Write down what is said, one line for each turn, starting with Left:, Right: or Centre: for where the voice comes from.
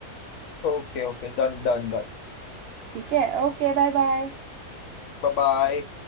Left: Okay okay done done done
Right: ठीक है ओके बाय बाय
Left: Bye bye.